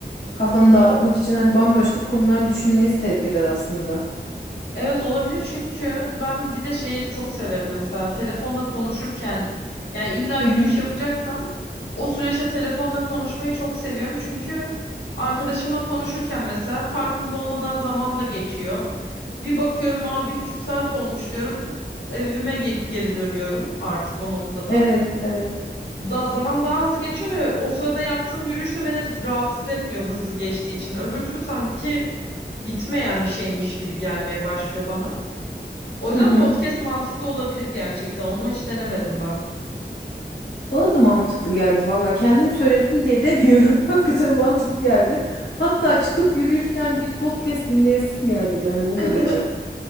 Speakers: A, on the left; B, on the left.
A: Kafanı dağıtmak için hani bambaşka konular düşünmeye sevk eder aslında.
B: Evet olabilir çünkü ben bir de şeyi çok severim mesela telefonla konuşurken yani illa
A: Hı
B: yürüyüş
A: hı.
B: yapacaksam o süreçte telefonla konuşmayı çok seviyorum çünkü arkadaşımla konuşurken mesela farkında olmadan zaman da geçiyor. Bir bakıyorum aa bir buçuk saat olmuş diyorum evime ge- geri dönüyorum artık o noktada.
A: Evet, evet.
B: Da zaman daha hızlı geçiyor ve o sırada yaptığım yürüyüş de beni rahatsız etmiyor hızlı geçtiği için. Öbür türlü sanki bitmeyen bir şeymiş gibi gelmeye başlıyor bana. O yüzden
A: Hı hı.
B: podcast mantıklı olabilir gerçekten. Onu hiç denemedim bak.
A: Bana da mantıklı geldi valla. Kendim söyledim diye demiyorum. <laughs> Hakikaten mantıklı geldi. Hatta çıkıp yürürken bir podcast dinleyesim geldi yani o
B: <laughs>
A: derece.